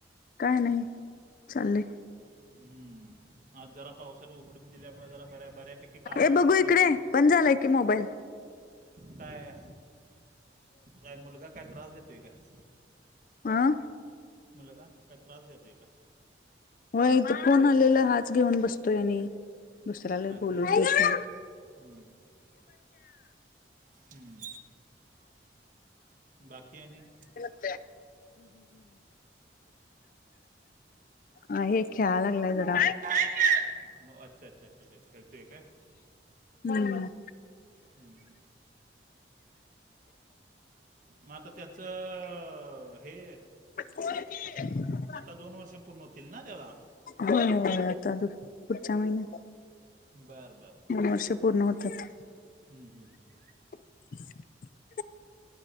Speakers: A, on the left (about 50°); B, on the right (about 45°).
A: काय नाइ चाललय.
B: हम्म, आज जरा पावसानं उघडी दिल्यामुळे जरा बऱ्या बऱ्यापैकी कामं
A: ए
B: आमची
A: बघू
B: संपली.
A: इकडे बंद झालाय की मोबाईल
B: काय? काय मुलगा काय त्रास देतोय काय?
A: आ?
B: मुलगा काय त्रास देतोय का?
A: होय, इथं फोन आलेला हाच घेऊन बसतोय आणि दुसऱ्याला
B: अच्छा
A: बोलूच
B: अच्छा
A: देत
B: अच्छा
A: नाही.
B: अच्छा हम्म, हम्म! बाकी आणि?
A: <inaudible> आहे खेळाय लगलाय जरा.
B: हो, अच्छा अच्छा अच्छा अच्छा खेळतोय काय?
A: हम्म!
B: हम्म. मग आता त्याचं हे
A: <inaudible>
B: आता दोन वर्ष पूर्ण होतील ना त्याला?
A: होय होय, आता पुढच्या महिन्यात.
B: बर बर बर
A: दोन
B: बर
A: वर्ष
B: बर
A: पूर्ण
B: ब, हम्म,
A: होतात.
B: हम्म, हम्म!
A: <inaudible>